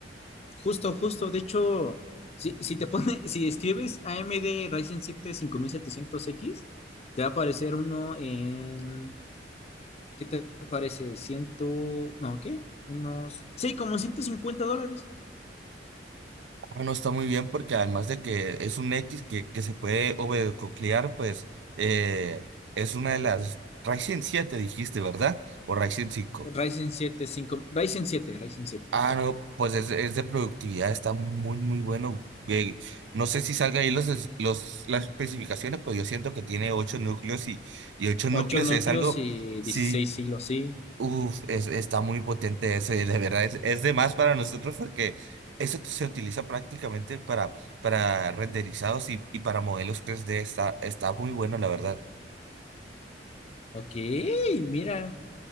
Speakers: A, on the left (about 35°); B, on the right (about 80°).
A: Justo, justo, de hecho, si, si te pone, <laughs> si escribes AMD Ryzen 7 5700X, te va a aparecer uno en, ¿qué te parece? Ciento, no, ¿qué? Unos, sí, como ciento cincuenta dólares.
B: Ah, No está muy bien porque además de que es un X que, que se puede overclockear, pues eh, es una de las Ryzen siete dijiste, ¿verdad? O Ryzen cinco
A: Ryzen 7, 5, Ryzen 7, Ryzen 7.
B: Ah, no, pues es, es de productividad, está muy, muy bueno. Eh, no sé si salga ahí los, es- los, las especificaciones, pero yo siento que tiene 8 núcleos y, y 8 núcleos
A: 8 núcleos
B: es algo...
A: y
B: Sí,
A: 16 hilos, sí.
B: Uf, es, está muy potente ese, de verdad, es, es de más para nosotros porque eso se utiliza prácticamente para, para renderizados y, y para modelos tres d está, está muy bueno, la verdad.
A: Ok, mira,